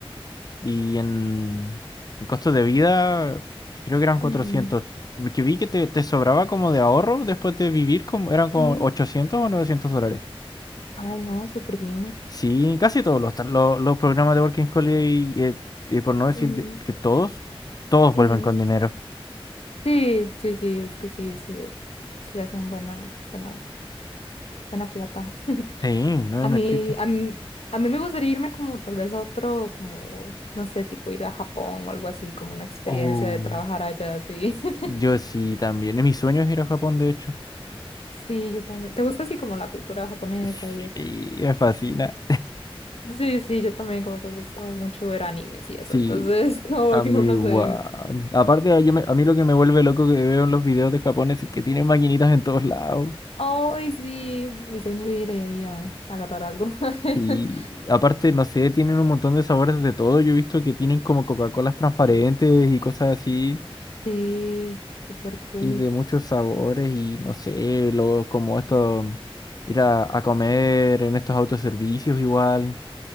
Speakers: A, on the left; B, on the left.
A: y en el costo de vida creo que eran cuatrocientos
B: Ujú,
A: Porque vi que te, te sobraba como de ahorro después de vivir, como eran
B: ujú.
A: como 800 o 900 dólares.
B: Ay, no, súper bien.
A: Sí, casi todos los, tra- lo- los programas de Working Holiday, eh, eh, por no decir
B: Ujú,
A: yo- que todos, todos vuelven
B: ujú.
A: con dinero.
B: Sí, sí, sí, es que sí, sí, eh, sí hacen buena, buena, buena plata. <laughs>
A: Sí, no hay
B: A mí,
A: no es chiste.
B: a mí, a mí me gustaría irme como tal vez a otro, como, no sé, tipo ir a Japón o algo así, como una experiencia
A: Oh,
B: de trabajar allá, sí. <laughs>
A: yo sí también. En mis sueños ir a Japón, de hecho.
B: Sí, yo también. ¿Te gusta así como la cultura japonesa
A: Sí,
B: y eso?
A: me fascina.
B: Sí, sí, yo también como que me gustaba mucho ver animes y eso,
A: Sí,
B: entonces <laughs> como
A: a
B: que
A: mí
B: uno
A: igual.
B: se...
A: Aparte, a, yo me- a mí lo que me vuelve loco que veo en los videos de Japón es que tienen maquinitas en todos lados.
B: Ay, sí, mi sueño es ir ahí a, a agarrar algo. <laughs>
A: Y aparte, no sé, tienen un montón de sabores de todo. Yo he visto que tienen como Coca-Colas transparentes y cosas así.
B: Sí, súper cool.
A: Y de muchos sabores y no sé, lo, como esto, ir a, a comer en estos autoservicios igual.